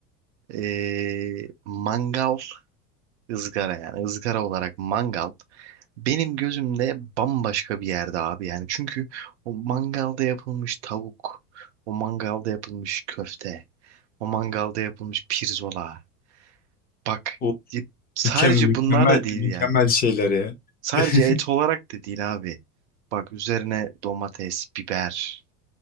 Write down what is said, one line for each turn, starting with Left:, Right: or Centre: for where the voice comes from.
Right: ee, mangal ızgara yani ızgara olarak mangal Benim gözümde bambaşka bir yerde abi yani. Çünkü o mangalda yapılmış tavuk, o mangalda yapılmış köfte, o mangalda yapılmış pirzola. Bak
Left: o
Right: y- sadece
Left: Mükemmel, mükemmel,
Right: bunlar da değil
Left: mükemmel
Right: yani.
Left: şeyler ya.
Right: Sadece
Left: <laughs>
Right: et olarak da değil abi. Bak üzerine domates, biber,